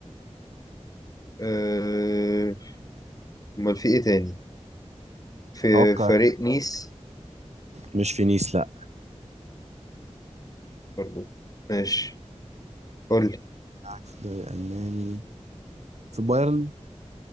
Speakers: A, on the left; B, on the right.
A: أه... أمال في إيه تاني؟ في
B: توقع
A: فريق نيس
B: مش في نيس لا
A: برضو ماشي قول لي
B: بتاعك في الدوري الالماني في بايرن